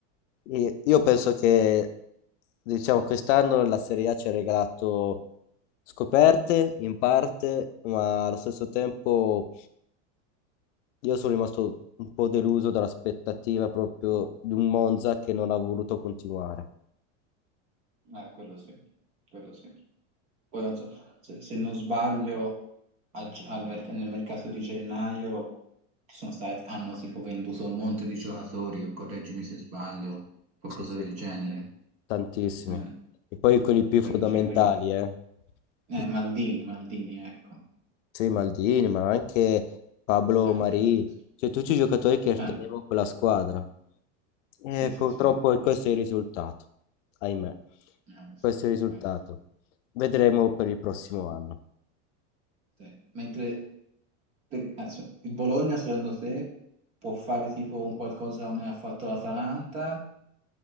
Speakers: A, on the left (about 85°); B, on the right (about 20°).
A: E Io
B: esatto.
A: penso che, diciamo, quest'anno la Serie A ci ha regalato scoperte in parte, ma allo stesso tempo io sono rimasto un po' deluso dall'aspettativa proprio di un Monza che non ha voluto continuare.
B: Eh, quello sì, quello sì. Poi, non so, se, se non sbaglio, a ge- al merc- nel mercato di gennaio ci sono stati, hanno tipo venduto un monte di giocatori, correggimi se sbaglio, qualcosa
A: Sì, sì.
B: del genere.
A: Tantissimi.
B: Eh,
A: E poi quelli più
B: quello,
A: fondamentali,
B: cioè, quello...
A: eh.
B: eh,
A: <laughs>
B: Maldini, Maldini, ecco,
A: Sì, Maldini, ma anche Pablo
B: anche
A: Marì,
B: altri.
A: cioè tutti i giocatori che
B: Eh,
A: tenevano quella squadra. E
B: sì, sì,
A: purtroppo
B: sì. Eh,
A: questo
B: sì,
A: è il risultato, ahimè.
B: eh, sì,
A: Questo è il risultato.
B: eh, sì,
A: Vedremo per il prossimo anno.
B: sì. Mentre per- adesso, il Bologna, secondo te, può fare tipo un qualcosa come ha fatto l'Atalanta